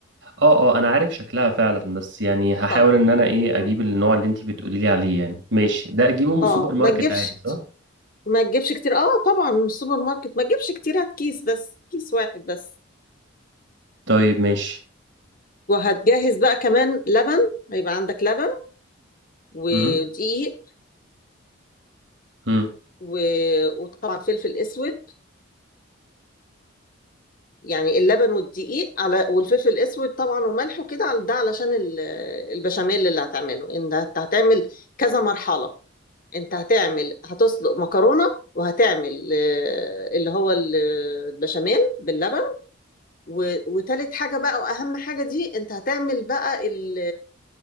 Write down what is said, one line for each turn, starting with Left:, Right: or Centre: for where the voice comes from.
Right: اه اه انا عارف شكلها فعلا بس يعني هحاول
Left: طب
Right: ان انا ايه اجيب
Left: مم.
Right: النوع اللي انت بتقولي لي عليه يعني ماشي ده اجيبه من السوبر
Left: اه
Right: ماركت
Left: ما تجيبش
Right: عادي
Left: كتير
Right: صح
Left: ما تجيبش كتير اه طبعا من السوبر ماركت ما تجيبش كتير هات كيس بس كيس واحد بس
Right: طيب ماشي
Left: وهتجهز بقى كمان لبن هيبقى عندك لبن ودقيق
Right: امم امم
Left: و... وطبعا فلفل اسود يعني اللبن والدقيق على والفلفل الاسود طبعا وملح وكده على ده علشان ال- البشاميل اللي هتعمله انت هت- هتعمل كذا مرحلة انت هتعمل هتسلق مكرونة وهتعمل آه، اللي هو ال- البشاميل باللبن و... وتالت حاجة بقى وأهم حاجة دي أنت هتعمل بقى ال...